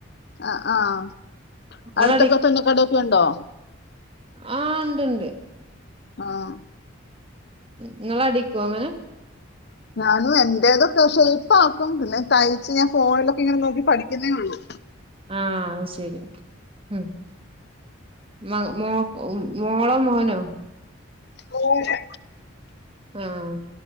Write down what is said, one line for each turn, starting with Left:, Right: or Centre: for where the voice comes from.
Left: ആഹ് ആഹ്
Right: നിങ്ങള്
Left: അടുത്തൊക്കെ തുന്നക്കടൊക്കെ ഉണ്ടോ
Right: ആഹ് ഉണ്ട്ഉണ്ട്
Left: ആഹ്
Right: നിങ്ങള് അടിക്കോ അങ്ങനെ
Left: ഞാനും എന്റേതൊക്കെ ഷേപ്പാക്കും പിന്നെ തയ്ച്ച് ഞാൻ ഫോണിലൊക്കെ ഇങ്ങനെ നോക്കി പഠിക്കുന്നേ ഉള്ളു
Right: ആഹ് ശരി ഉം മ മോ മോളോ മോനോ
Left: മോനാ
Right: ആഹ്